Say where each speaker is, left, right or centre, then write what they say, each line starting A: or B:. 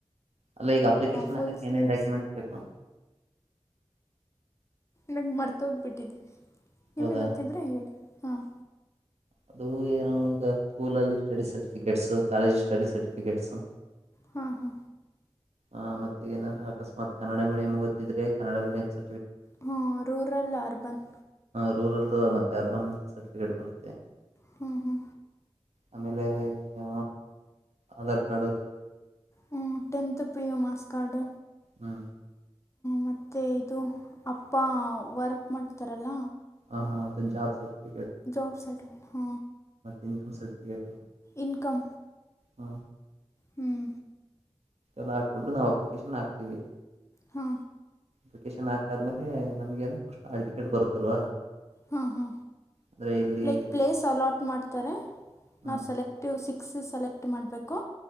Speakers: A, on the right (about 75°); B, on the left (about 25°).
A: ಅಲ್ಲ ಈಗ ಅಪ್ಲಿಕೇಶನ್
B: ಫುಲ್
A: ಹಾಕಕ್
B: ಸ್ಲೀವ್ಸ್
A: ಏನೇನ್ ಡಾಕ್ಯುಮೆಂಟ್ಸ್ ಬೇಕು
B: ನಗ್ ಮರ್ತ ಹೋಗ್ಬಿಟ್ಟಿದೆೆ ನಿಮ್
A: ಹೌದಾ
B: ಗೊತ್ತಿದ್ರೆ ಹೇಳಿ ಹಾಂ
A: ಅದು ಏನು ಈಗ ಸ್ಕೂಲಲ್ಲಿ study certificates college study certificates
B: ಹಾ ಹಾ
A: ಆ್ ಮತ್ತೆ ಏಾದ ಅಕಸ್ಮತ್ ಕನ್ನಡ ಮೀಡಿಯಂ ಓದ್ದಿದ್ರೆ ಕನ್ನಡ ಮೀಡಿಯಂ ಸ
B: ಹ್ಮ ರೂರಲ್ ಅರ್ಬನ್
A: ರೂರಲ್ದು ಮತ್ತುತ್ತ ಅರ್ಬನ್ ಅಂತ ಸರ್ಟಿಫಿಕೇಟ್ ಬರುತ್ತೆ
B: ಹ್ಮ ಹಾ
A: ಆಮೇಲೆ ಇ ಆಧಾರ್ ಕಾರ್ಡು ರ
B: ಹ್ಮ ಟೆನತ್ ಪ್ರಿಯು ಮಾಸ್ ಕಾರ್ಡ್
A: ಹ್ಮ
B: ಮತ್ತುತ್ತೆ ಇದು ಅಪ್ಪ ವರ್ಕ್ ಮಾಡ್ತಾರಲ್ಲ
A: ಹ ಹಾ ಜ ಸಬೇಕ
B: ಜಬ್ ಸರಫಿಕೇಟ್ ಹಾ
A: ಇನ್ಕ ಸರ್ಟಿಫಿಕೇಟ್
B: ಇನ್ಕಮ
A: ಹಾ
B: ಹ್ಮ್.
A: ಎಲ್ಲ ಹಾಕ್ಬಿಟ್ಟು ನಾವು ಅಪ್ಲಿಕೇಶನ್ ಹಾಕ್ತಿೀವಿ.
B: ಹಾ.
A: ಪ್ಕೇಶನ್ ಹಾಕಾದ್ಮೇಲೆ ನಮಗೇನು ಫಸ್ಟ್ ಆಳ್ ಟಿಕೆಟ್ ಬರುತ್ತಲ್ವಾ
B: ಹಾ ಹಾ.
A: ಅಂದ್ರೆ ಇಲ್ಲಿ
B: ಲೈಕ್ ಪ್ಲೇಸ್ ಅಲಾಟ್ ಮಾಡ್ತಾರೆ
A: ಹ್ಮ್
B: ನಾವು ಸೆಲೆಕ್ಟಿವ್ ಸಿಕ್ಸ್ ಸೆಲೆಕ್ಟ್. ಎಟ್ಟು ಮಾಡಬೇಕು.